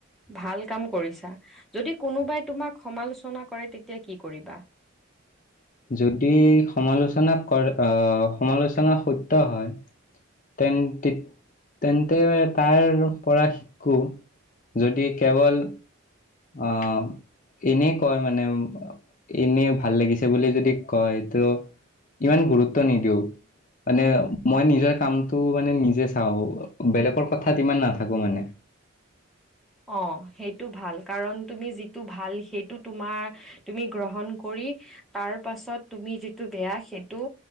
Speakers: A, in the centre; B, on the left.
A: ভাল কাম কৰিছা, যদি কোনোবাই তোমাক সমালোচনা কৰে তেতিয়া কি কৰিবা?
B: যদি সমালোচনা কৰে আহ, সমালোচনা সত্য হয়। <unintelligible> তেন্তে তাৰ পৰা শিকোঁ, যদি কেৱল অ' এনে কয় মানে এনে ভাল লাগিছে বুলি যদি কয় ত' ইমান গুৰুত্ব নিদিওঁ। মানে মই নিজৰ কামটো মানে নিজে চাওঁ, বেলেগৰ কথাত ইমান নাথাকোঁ মানে।
A: অ' সেইটো ভাল, কাৰণ তুমি যিটো ভাল সেইটো তোমাৰ তুমি গ্ৰহণ কৰি তাৰ পাছত তুমি যিটো বেয়া সেইটো,